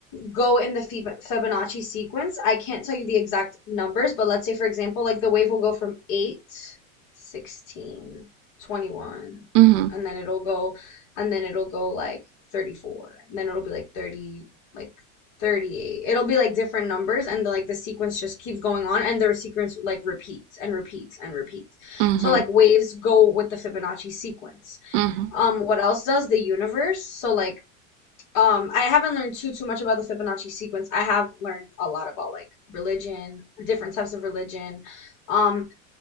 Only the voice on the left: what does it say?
go in the Fibonacci sequence. I can't tell you the exact numbers, but let's say, for example, like the wave will go from 8, 16, 21,
and then it'll go, and then it'll go like 34, and then it'll be like 30, like 38. It'll be like different numbers, and the, like the sequence just keeps going on, and their sequence like repeats and repeats and repeats.
So like waves go with the Fibonacci sequence.
Um, what else does the universe? So like um i haven't learned too too much about the fibonacci sequence i have learned a lot about like religion different types of religion um